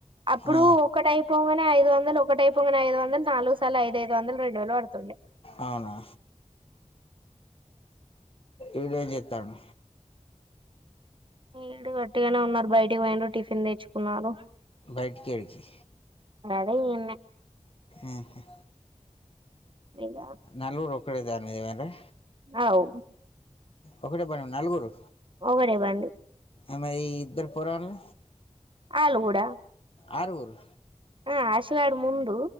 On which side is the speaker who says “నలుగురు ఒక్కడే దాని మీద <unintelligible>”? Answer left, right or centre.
Left